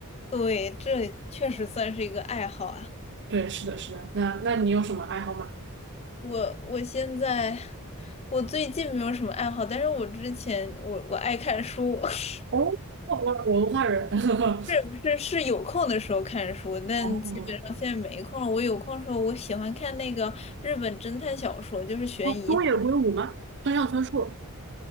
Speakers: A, on the left; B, on the right.
A: 对，这确实算是一个爱好啊。
B: 对，是的，是的。那那你有什么爱好吗？
A: 我我现在我最近没有什么爱好，但是我之前我我爱看书，<laughs>
B: 哦，我我文化人。<laughs>
A: 是不是是有空的时候看书，但基本上现在没空了。
B: 哦，
A: 我有空的时候，我喜欢看那个日本侦探小说，就是悬疑小说。
B: 哦，东野圭吾吗？村上春树。